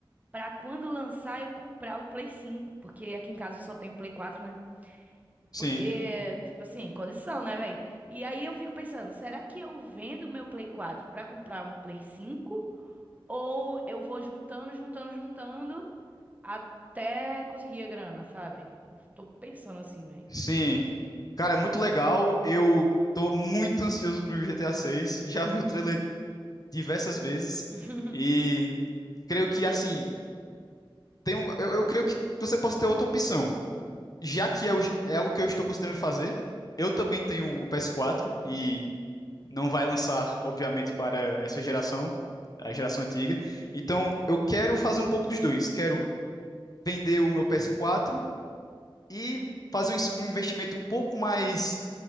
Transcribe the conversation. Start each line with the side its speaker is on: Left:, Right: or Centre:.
Right: pra quando lançar eu comprar o Play 5, porque aqui em casa eu só tenho o Play 4, né?
Left: sim,
Right: Porque, tipo assim, condição, né, velho? E aí eu fico pensando, será que eu vendo o meu Play 4 pra comprar um Play 5? Ou eu vou juntando, juntando, juntando até conseguir a grana, sabe? Eu tô pensando assim, velho.
Left: sim. Cara, muito legal. Eu tô muito ansioso pro GTA 6. Já vi o trailer diversas vezes
Right: <laughs>
Left: e creio que assim, tem um, eu, eu creio que você possa ter outra opção. Já que é, o- G- é algo que eu estou considerando fazer, eu também tenho o PS4 e não vai lançar, obviamente, para essa geração, a geração antiga. Então, eu quero fazer um pouco dos dois. Quero vender o meu PS4 e fazer um ins- um investimento um pouco mais